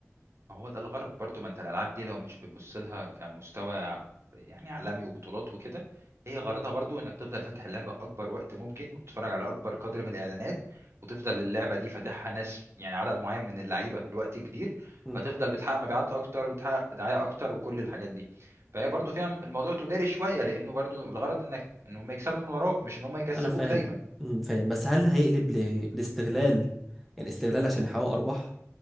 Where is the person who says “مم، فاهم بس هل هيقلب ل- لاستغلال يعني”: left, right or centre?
Centre